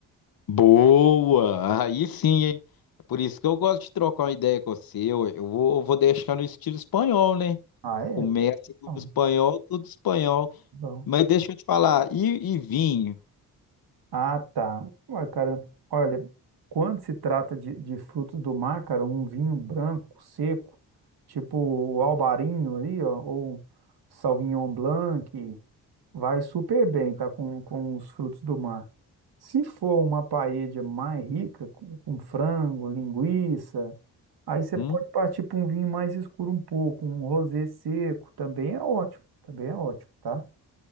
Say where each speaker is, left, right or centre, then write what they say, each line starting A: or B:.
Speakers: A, on the left; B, on the right.
A: Boa! Aí sim, hein? É por isso que eu gosto de trocar uma ideia com você. Eu, eu vou, eu vou deixar no estilo espanhol, né?
B: Ah, é?
A: Começa com
B: Bom,
A: o espanhol, tudo espanhol.
B: bom.
A: Mas deixa eu te falar, e, e vinho?
B: Ah, tá. Ué, cara, olha, quando se trata de, de frutos do mar, cara, um vinho branco, seco, tipo o Albarinho ali, ó, ou Sauvignon Blanc, vai super bem, tá, com, com os frutos do mar. Se for uma paella mais rica, com, com frango, linguiça, aí você
A: Hum?
B: pode partir para um vinho mais escuro um pouco, um rosé seco, também é ótimo, também é ótimo, tá?